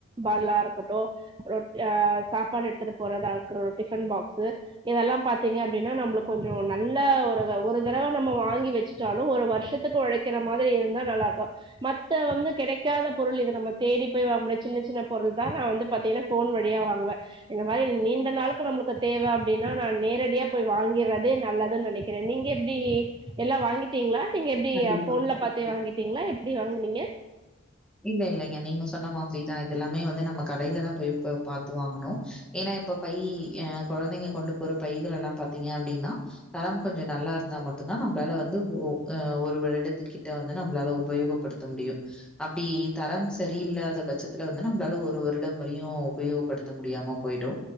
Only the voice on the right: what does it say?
பாடலா இருக்கட்டு அப்புறம் அ சாப்பாடு எடு போறதா இருகட்டும் டிபன் பாக்ஸ் இதெல்லா பார்த்தீங்க அப்படின்னா நம்மளுக்கு கொஞ்ச நல்ல ஒரு ஒரு தடவை நம்ம வாங்கி வச்சுட்டாலு ஒரு வருஷத்துக்கு உழைக்கிற மாதிரி இருந்தா நல்லா இருக்கு மத்த வந்து கிடைக்காத பொருள் இது நம்ம தேடி போய் வாங்கடிய சின்ன சின்ன பொருள் தான் நான் வந்து பாத்தீங்கன்னா போன் வழியா வாங் வாங்குவ இந்த மாதிரி நீண்ட நாளுக்கு நம்மளுக்கு தேவை அப்படின்னா நான் நேரடியா போய் வாங்கறதே நல்லதுன்னு நினைக்கிறே நீங்க எப்டி எல்லாம் வாங்கிட்டீங்களா நீங்க எப்படி
போன்ல பாத்தே வாங்கிட்டீங்களா எப்படி வாங்கினீங்க